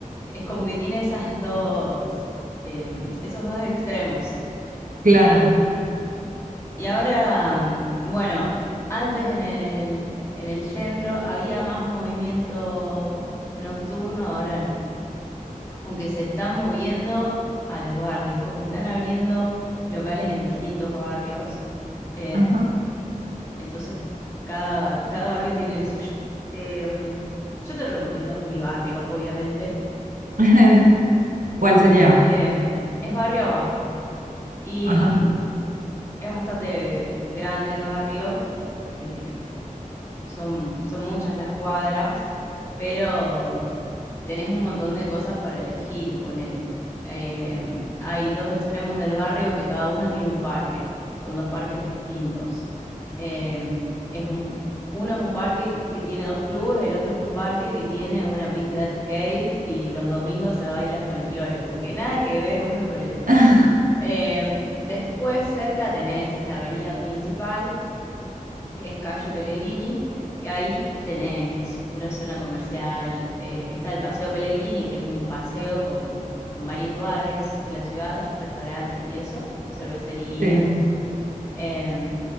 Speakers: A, on the left; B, on the right.
A: Es como que tiene esas dos, eh, esos dos extremos.
B: claro.
A: Y, y ahora, bueno, antes en el, en el centro había más movimiento nocturno, ahora como que se están moviendo a los barrios, como que están abriendo locales en distintos barrios. Eh,
B: Ajá.
A: entonces, cada, cada barrio tiene el suyo. Eh, yo te recomiendo mi barrio, obviamente.
B: <laughs> ¿Cuál
A: Eh,
B: sería?
A: es barrio Abasto. Y
B: Ajá.
A: mm, es bastante grande el barrio. Eh, Son, son muchas las cuadras, pero tenés un montón de cosas para elegir, ponele. Eh, hay dos extremos del barrio que cada uno tiene un parque. Son dos parques distintos. Eh, es un, uno es un parque que tiene dos clubes, el otro es un parque que tiene una pista de skate y los domingos se baila folclore, como que nada que ver uno con el otro.
B: <laughs>
A: Eh, después cerca tenés la avenida principal que es calle Pellegrini, que ahí tenés una zona comercial, eh, está el Paseo Pellegrini, que es un paseo con, con varios bares de la ciudad, restaurantes y eso, cervecerías,
B: Sí.
A: eh,